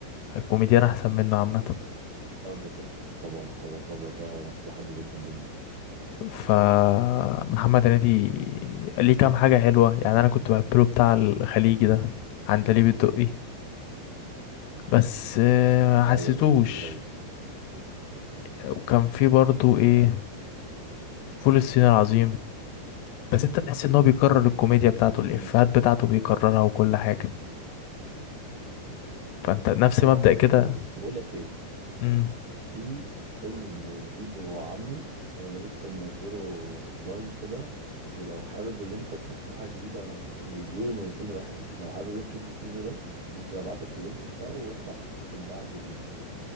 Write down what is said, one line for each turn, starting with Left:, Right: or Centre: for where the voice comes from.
Left: كوميديان احسن منه عامة
Right: بتاع ذكاء طبعا طبعا بتاع ذكاء أنا كنت بحبه جدا جدا
Left: فمحمد هنيدي ليه كام حاجة حلوة يعني أنا كنت بحب له بتاع الخليجي ده عندليب الدقي بس آه، حسيتوش
Right: أيوه ده كان لذيذ أوي
Left: وكان في برضو إيه فول الصين العظيم بس أنت تحس إن هو بيكرر الكوميديا بتاعته الإفيهات
Right: امم
Left: بتاعته بيكررها وكل حاجة فأنت نفس
Right: وأنا
Left: مبدأ
Right: بحس
Left: كده
Right: كده بس بقول لك إيه
Left: مم.
Right: في فيلم جديد هو عامله وانا لسه منزله اوفلاين كده ولو حابب ان انت تشوف له حاجه جديده يعني بيقولوا ان الفيلم ده حلو لو حابب انت تشوف الفيلم ده ممكن ابعت لك اللينك بتاعه وانت احكم بقى على الجديد بتاعه